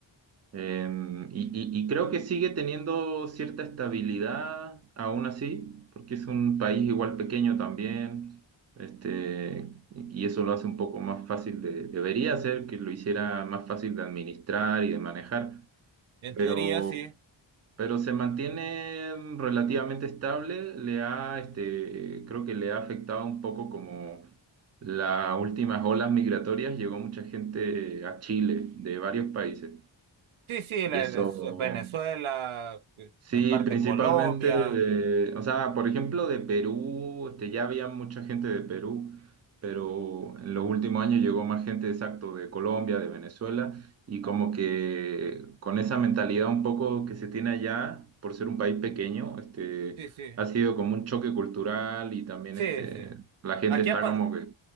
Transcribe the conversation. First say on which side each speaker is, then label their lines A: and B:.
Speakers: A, on the right; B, on the right.
A: em, y, y- y creo que sigue teniendo cierta estabilidad aún así, porque es un país igual pequeño también, este, y y eso lo hace un poco más fácil de, debería ser que lo hiciera más fácil de administrar y de manejar,
B: En
A: pero...
B: teoría, sí.
A: pero se mantiene mm, relativamente estable. Le ha, este, creo que le ha afectado un poco como las últimas olas migratorias. Llegó mucha gente a Chile de varios países
B: Sí, sí,
A: y
B: la-
A: Mm. eso
B: la- Venezuela, eh,
A: Sí,
B: en parte
A: principalmente
B: Colombia.
A: de- o sea, por ejemplo, de Perú, este, ya había mucha gente de Perú, pero en los últimos años llegó más gente exacto de Colombia, de Venezuela, y como
B: Ah,
A: que con esa mentalidad un poco que se tiene allá, por ser un país pequeño, este,
B: Sí, sí,
A: ha sido como un choque cultural y también
B: sí,
A: este,
B: sí.
A: la gente
B: Aquí
A: está
B: ha, pa-
A: como que